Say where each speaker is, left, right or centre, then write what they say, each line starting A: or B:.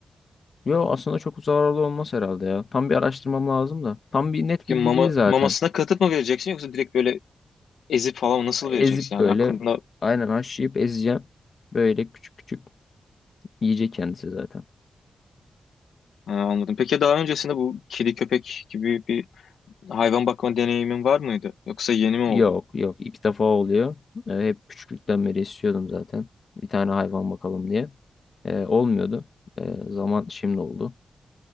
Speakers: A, on the left; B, on the left.
A: Yo aslında çok zararlı olmaz herhalde ya. Tam bir araştırmam lazım da. Tam bir net
B: Peki
A: bilgi
B: mama,
A: değil zaten.
B: mamasına katıp mı vereceksin yoksa direkt böyle ezip falan nasıl
A: Ezip
B: vereceksin? Yani
A: böyle
B: aklında
A: aynen haşlayıp ezeceğim. Böyle küçük küçük yiyecek kendisi zaten.
B: Ha, anladım. Peki daha öncesinde bu kedi köpek gibi bir hayvan bakma deneyimin var mıydı? Yoksa yeni mi
A: Yok
B: oldu?
A: yok ilk defa oluyor. Ee, hep küçüklükten beri istiyordum zaten. Bir tane hayvan bakalım diye. Ee, olmuyordu. Ee, zaman şimdi oldu.